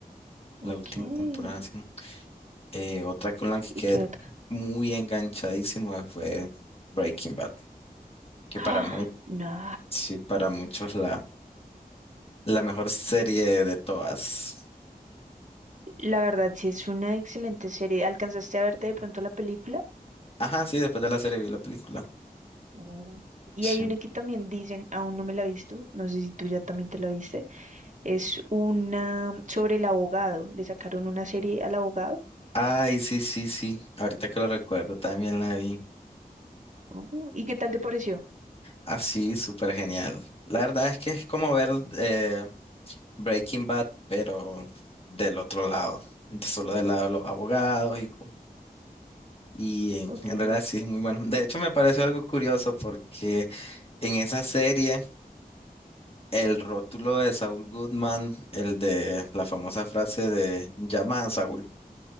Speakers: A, on the right; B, on the left.
A: Ok.
B: la última
A: ¿Y
B: temporada, sí. Eh, otra con la que quedé
A: qué otra?
B: muy enganchadísimo fue Breaking Bad, que
A: Ah,
B: para muchos,
A: no.
B: sí, para muchos la, la mejor serie de todas.
A: La verdad, sí es una excelente serie. ¿Alcanzaste a verte de pronto la película?
B: Ajá, sí, después de la serie vi la película.
A: mm. Y
B: Sí.
A: hay una que también dicen, aún no me la he visto, no sé si tú ya también te la viste, es una sobre el abogado, le sacaron una serie al abogado.
B: Ay, sí, sí, sí, ahorita que lo recuerdo también la vi.
A: Oh, ¿Y qué tal te pareció?
B: Así, súper genial. La verdad es que es como ver eh, Breaking Bad, pero del otro lado, de- solo del lado de los abogados y, co- y en,
A: Ok.
B: en realidad sí es muy bueno. De hecho, me pareció algo curioso porque en esa serie el rótulo de Saul Goodman, el de la famosa frase de llama a Saúl,